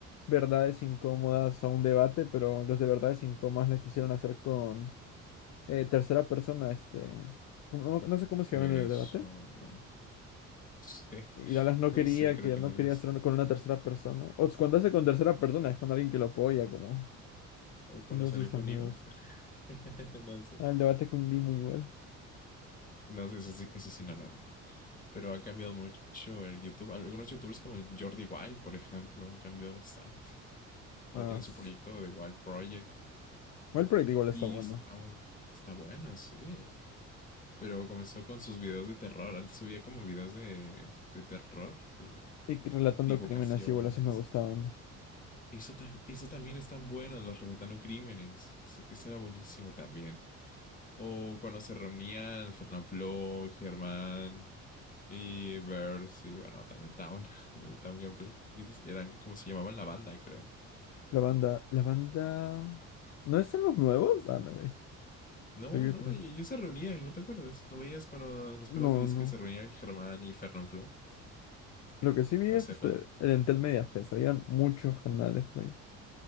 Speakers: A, on the left; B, on the left.
A: Verdades Incómodas a un debate, pero los de Verdades Incómodas la quisieron hacer con eh, tercera persona, este, no, no sé cómo
B: Eso
A: se llama en el debate.
B: no. sé.
A: Y
B: <laughs>
A: Dallas no
B: No
A: quería
B: sé, creo
A: que
B: que
A: no
B: no lo
A: quería
B: he visto.
A: hacer con una tercera persona. O sea, cuando hace con tercera persona es con alguien que lo apoya, como
B: O cuando
A: uno
B: salió
A: de sus
B: con
A: amigos.
B: Nemo. <laughs> No sé.
A: Ah, el debate con Dimo igual.
B: No sé, ese, sí- ese sí no lo vi. pero ha cambiado mucho el YouTube. Algunos YouTubers como el Jordi Wild, por ejemplo, han cambiado bastante.
A: Ah,
B: Ahora tienen
A: s-
B: su proyecto de Wild Project
A: igual Project igual está
B: y
A: bueno.
B: está, está bueno, sí. Pero comenzó con sus videos de terror. Antes subía como videos de, de terror, el-
A: Y que relatando
B: divulgaciones.
A: crímenes igual así me gustaban.
B: Eso, tam- eso también es tan bueno, los relatando crímenes. Eso, eso era buenísimo también. O cuando se reunían Fernanfloo, Germán, Y Verse, y bueno, también Town, <laughs> el Town Gameplay. Y s- eran como se llamaban la banda, creo.
A: La banda, la banda. ¿No son los nuevos? Ah, no, es-
B: No,
A: hay otro.
B: no, y ellos se reunían, ¿no te acuerdas? ¿No veías cuando nos esperabas
A: No,
B: veías
A: no.
B: que se reunían Germán y Fernanfloo
A: Lo que sí vi
B: a
A: es
B: hacer
A: este,
B: con...
A: el Entel Media Fest. Habían muchos canales ahí.